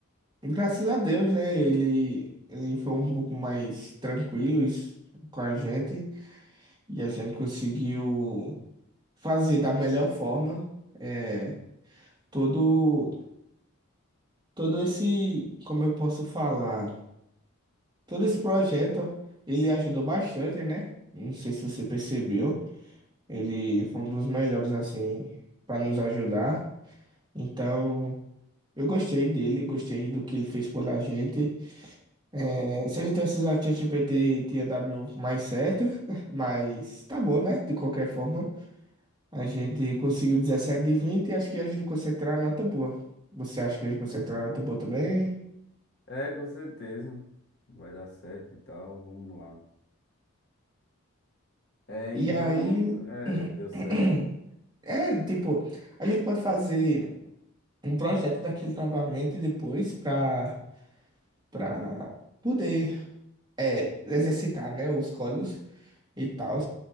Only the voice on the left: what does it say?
É, com certeza. Vai dar certo e tal, vamos lá. É,
então,
é,
deu certo.